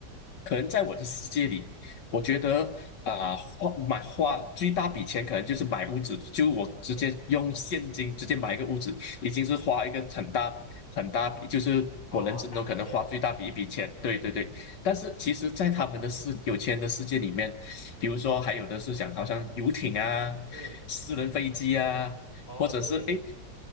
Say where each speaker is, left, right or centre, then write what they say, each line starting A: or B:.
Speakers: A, on the left; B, on the left.
A: 可能在我的世界里，我觉得啊、花买花最大笔钱可能就是买屋子，就我直接用现金直接买一个屋子，
B: 嗯，
A: 已经是花一个很大很大笔，就是我人生中可能花最大笔一笔钱，
B: 哦，大笔钱，
A: 对对对。但是其实，在他们的世有钱人的世界里面，比如说还有的是想，好像游艇啊、
B: 嗯，
A: 私人飞机啊，
B: 哦，
A: 或者是诶，
B: 对，